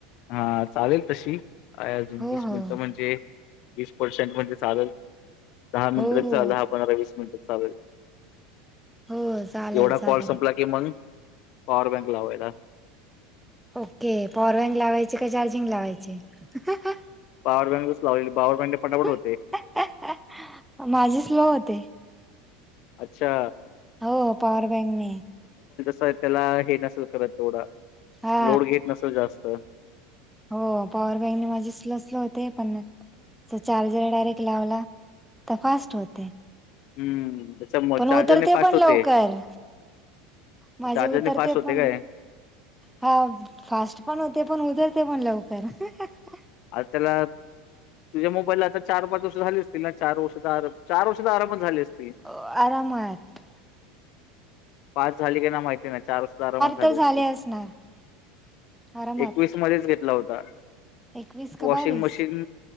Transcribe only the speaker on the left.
हा चालेल तशी हाय अजून
वीस
मिनिटं म्हणजे वीस पर्सेंट म्हणजे चालल दहा मिनिटा
तर
चालल हा पंधरा वीस मिनिट चालल
एवढा
कॉल संपला की मन पाॉवर बँक लावायचा
पॉवर बँकच लाली पवर बँक फटाफट हो
अच्छा
व्हय त्याला हे नसल करत तेवढं
लोड घेत नसल जास्त
हम्म त्याच्या
चार्जरने
फास्ट
होते
चार्जरने
फास्ट होते
काय
आ त्याला तुझ्या मोबाईलला आता चार पाच वर्ष झाली असतील ना चार वर्ष आरा चार वर्ष त आरामच झाले असतील
पास झाली का ना माहित चार सुद्धा आरामात झाली
असती
एकवीस मध्येच घेतला हो <unintelligible>
वॉशिंग
मशीन